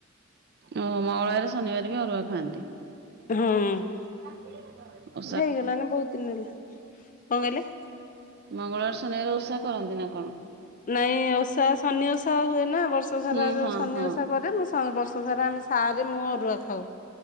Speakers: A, on the right; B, on the left.
A: ଓ ମଙ୍ଗଳବାର ଶନିବାର ବି ଅରୁଆ ଖାଆନ୍ତି।
B: ହୁଁ।
A: ଡ଼ାକିଲେ କେତେବେଳେ?
B: ହେଇଗଲାନ ବହୁତ ଦିନରୁ, କଣ କହିଲେ?
A: ମଙ୍ଗଳବାର ଶନିବାରେ ଓଷା କରନ୍ତି ନା କଣ?
B: ନାଇଁ ଓଷା ଶନି ଓଷା ହୁଏନା ବର୍ଷ ସାରା
A: ହୁଁ
B: ଯୋଉ
A: ହଁ
B: ଶନି
A: ହଁ
B: ଓଷା କରେ ମୁଁ ସ ବର୍ଷ ସାରା ଆମେ ସା ରେ ମୁଁ ଅରୁଆ ଖାଉ।